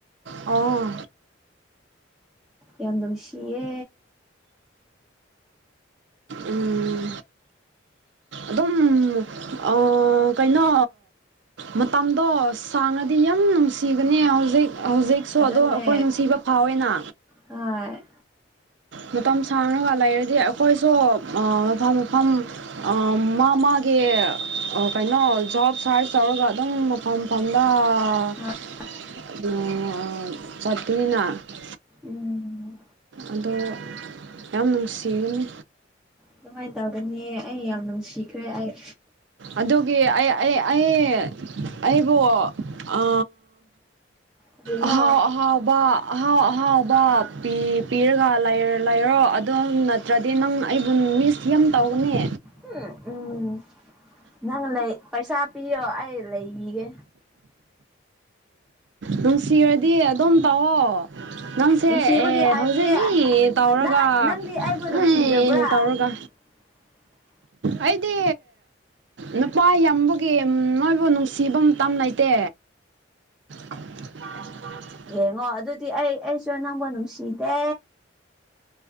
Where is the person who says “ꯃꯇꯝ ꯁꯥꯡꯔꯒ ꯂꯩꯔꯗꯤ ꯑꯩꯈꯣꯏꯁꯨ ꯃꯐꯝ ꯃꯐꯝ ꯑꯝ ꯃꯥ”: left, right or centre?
Right